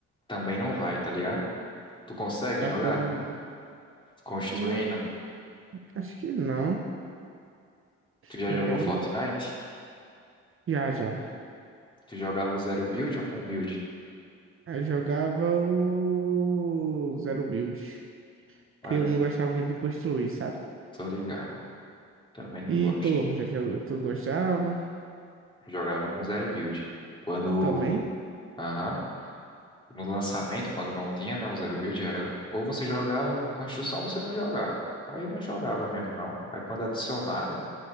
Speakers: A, on the left; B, on the right.
A: também não vai, tá ligado? Tu consegue
B: Pra
A: jogar?
B: todo mundo.
A: Construindo?
B: Hum, acho que não. Acho
A: Tu já
B: que
A: jogou
B: é bem.
A: Fortnite?
B: Já, já.
A: Tu jogava o zero build ou com build?
B: Eu jogava o Zero Build.
A: Aí,
B: Que eu não gostava muito de construir, sabe?
A: tô ligado. Também não
B: E
A: gosto.
B: tu, já jogou, tu gostava
A: Jogava com zero build. Quando.
B: também.
A: Aham. No lançamento, quando não tinha, né? O zero build era. Ou você jogava com construção ou você não jogava. Aí eu não jogava mesmo, não. Aí quando adicionaram